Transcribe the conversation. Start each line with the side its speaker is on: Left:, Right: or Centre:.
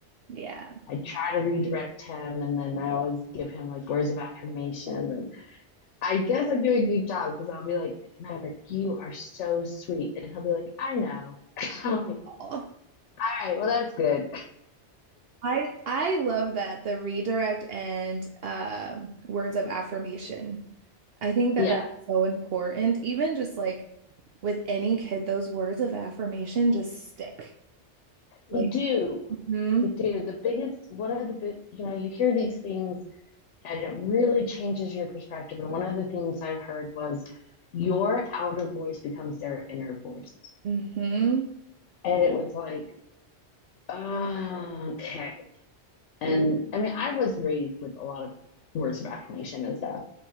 Right: Yeah.
Left: I try to redirect him and then I always give him like words of affirmation and I guess I'm doing a good job because I'll be like, Maverick, you are so sweet. And he'll be like, I know. <laughs> I'm like,
Right: Aw.
Left: all right, well that's good.
Right: I I love that the redirect and um, words of affirmation. I think
Left: Yeah.
Right: that that's so important. Even just like with any kid, those words of affirmation just stick. Like,
Left: They do.
Right: mm-hmm,
Left: They do. The biggest one of the big you know, you hear these things and it really changes your perspective. And one of the things I heard was your outer voice becomes their inner voice.
Right: mm-hmm,
Left: And it was like, oh, okay. And I mean, I was raised with a lot of words of affirmation and stuff.